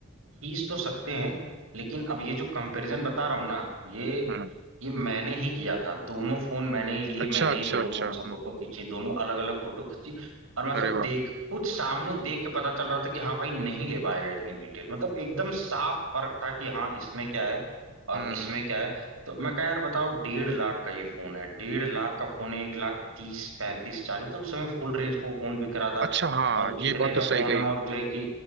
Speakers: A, on the right; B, on the right.
A: खींच तो सकते हैं लेकिन अब ये जो कंपैरिजन बता रहा हूँ ना ये
B: हम्म
A: ये मैंने ही किया था दोनों फोन मैंने ही लिए
B: अच्छा
A: मैंने
B: अच्छा
A: ही दोनों
B: अच्छा
A: फोन से
B: हम्म
A: फोटो खींची दोनों अलग अलग फोटो खींची और मतलब
B: अरे वाह
A: देख खुद सामने देख के पता चल रहा था कि हाँ भाई नहीं ले पाएगा इतनी डिटेल मतलब एकदम साफ फर्क था कि हाँ इसमें क्या है और
B: हम्म
A: इसमें क्या है तो मैं कहा यार बताओ डेढ़ लाख का ये फोन है डेढ़ लाख का फोन है एक लाख तीस पैंतीस चालीस तो उस समय फुल रेंज पे वो फोन बिक रहा था
B: अच्छा हाँ
A: और इतने
B: ये बात
A: का
B: तो सही
A: फोन
B: कही
A: है और जो है कि